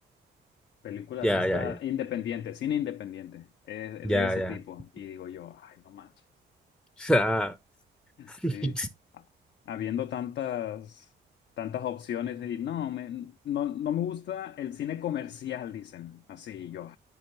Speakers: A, on the left; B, in the centre.
A: películas
B: Ya,
A: de esta,
B: ya, ya,
A: independiente, cine independiente, eh,
B: ya,
A: de ese
B: ya.
A: tipo.
B: O
A: Y digo yo, ay, no manches.
B: sea, <laughs>
A: Sí,
B: ese
A: ha- habiendo tantas, tantas opciones y no, me, no, no me gusta el cine comercial, dicen. Así y yo.